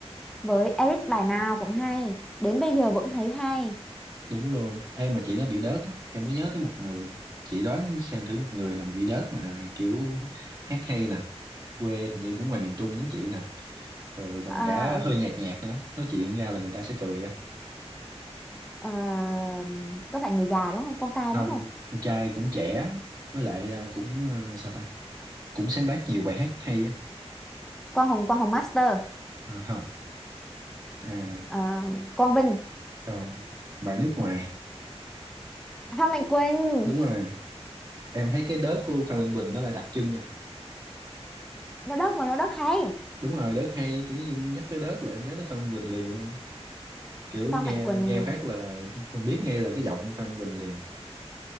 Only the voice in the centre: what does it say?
với Eric bài nào cũng hay đến bây giờ vẫn thấy hay
à,
à, các bạn người già đúng không con trai
đúng không
con Hồng con Hồng Master
à, con Vinh
À, Phan Mạnh Quỳnh
<laughs> nó đất mà nó đất hay
Phan
Mạnh Quỳnh